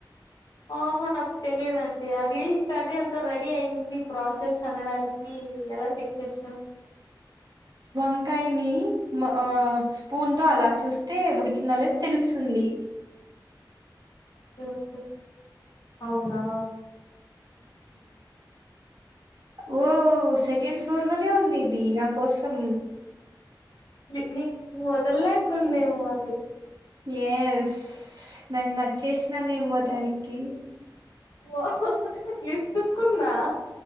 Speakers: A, on the left; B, on the right.
A: ఆహా నాకు తెలిదుండి అది కర్రీ అంతా రెడీ అయి్యంది ప్రాసెస్ అనడానికి కి ఎలా చెక్ చేస్తాం
B: వంకాయని మో ఆ స్పూన్ తో అలా చూస్తే ఉడికిందో లేదో తెలుస్తుంది
A: ఓకే ఓకే అవునా
B: ఉ ఓ సెకండ్ ఫ్లోర్ లోనే ఉంది ఇది నా కోసం
A: నిన్నే వదల్లేకుందేమో అది
B: ఎస్ నన్ను నచ్చేసినాను ఏమో దానికి
A: ఓ హూ ఎద్దు కూడనా